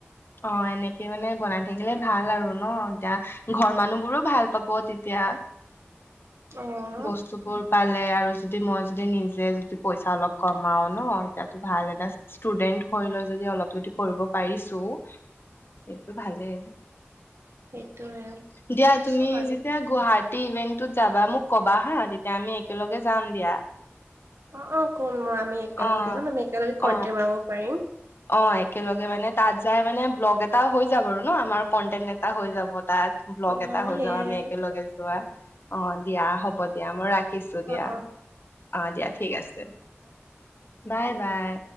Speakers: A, on the left (about 55°); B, on the right (about 75°).
A: অ, এনেকে মানে বনাই থাকিলে ভাল আৰু ন। এতিয়া ঘৰ মানুহ বোৰো ভাল পাব তেতি- য়া।
B: <inaudible> অ'
A: বস্তুবোৰ পাল- লে আৰু যদি মই যদি নিজে যদি পইচা অলপ কমাও ন, এতিয়া ভাল এটা ষ্টুডেণ্ট হ- হৈ লৈ যদি অলপ যদি পঢ়িব পাৰিছো
B: <inaudible>
A: এইটো ভালেই।
B: সেইটোৱে।
A: দিয়া
B: বুজিছো
A: তুমি
B: বাৰু
A: যেতিয়া গুৱাহা- টী ইভেন্টটোত যাবা মোক কবা হা। তেতিয়া আমি একেলগে যাম দিয়া।
B: অ, অ ক'ম মই আমি একেলগে
A: অ
B: যাম। আমি একেলগে কণ্টেণ
A: অ
B: বনাব পাৰিম।
A: অ, একেলগে মানে তাত যাই মানে ব্লগ এটা হৈ যাব আৰু ন'? আমাৰ কন্টেন এটা হৈ যাব। তাত, ব্লগ
B: অ'
A: এটা হৈ
B: সেয়াই
A: যাব। আমি একেলগে যোৱা। অ দিয়া, হ'ব দিয়া, মই ৰাখিছো দিয়া।
B: অ' অ'
A: আঁ, দিয়া ঠিক আছে। বাই, বাই।